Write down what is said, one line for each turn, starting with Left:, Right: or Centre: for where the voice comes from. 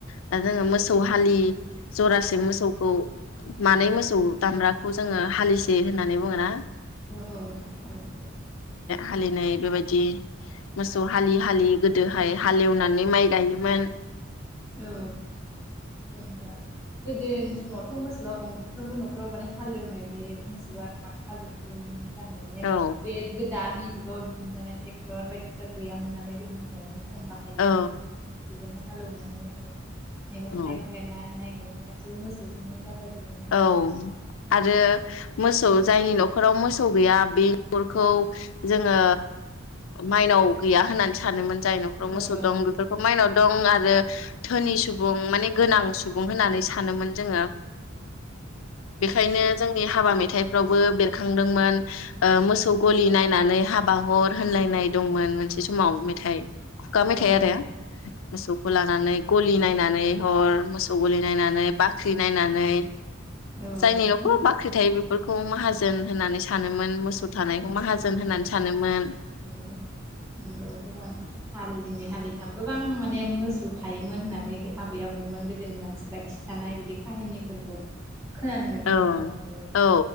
Left: दा जोङो मोसौ हालि जरासे मोसौखौ मानै मोसौ दामब्राखौ जोङो हालिसे होननानै बुङ ना?
Right: अ औ हालिसे
Left: हालिनै बेबायदि मोसौ हालि हालि गोदोहाय हालेवनानै माइ गायोमोन
Right: औ जेनेबा गोदोनि समावथ' मोसौआ गंफ्रोमबो न'खराव माने हालेवनाय बे मोसौआ थाखा जोबगौमोन <unintelligible>
Left: औ
Right: बे गोद दानि जुगाव दिहुनजानाय टेक्टर बायदिफ्रा गैयामोन नालाय गोदोनि समाव खम बाहायोमोन
Left: औ
Right: मोसौजोंनो हालौवनानै मैगं
Left: औ
Right: थाइगं गायनाय माइ गायनाय गासिबो मोसौजोंनो जाजोबोमोन
Left: औ आरो मोसौ जायनि न'खराव मोसौ गैया बे नखरखौ जोङो माइनाव गैया होननानै सानोमोन जाय न'खराव
Right: औ
Left: मोसौ
Right: औ औ
Left: दं बेफोरखौ माइनाव दं आरो धोनि सुबुं माने गोनां सुबुं होननानै सानोमोन जोङो। बेखायनो जोंनि हाबा मेथाइ रावबो बेरखांदोंमोन मोसौ गलि नायनानै हाबा हर होनलायनाय दंमोन मोनसे बे समाव मेथाइ खुगा मेथाइ
Right: औ
Left: आरो मोसौखौ लानानै गलि नायनानै हर मोसौ गलि नायनानै बाख्रि नायनानै
Right: औ
Left: जायनि
Right: औ
Left: नखराव बाख्रि थायो बेफोरखौ माहाजोन होननानै सानोमोन। मोसौ थानायखौ माहाजोन होननानै सानोमोन।
Right: नंगौ गोबां हालिनै हालिथाम गोबां माने मोसौ थायोमोन होननानै आबै आबौमोन गोदोनि मानसिफ्रा खिथानाय बिदि काहिनिफोरखौ खोनानो मोन्दों
Left: औ
Right: आरो आंबो
Left: औ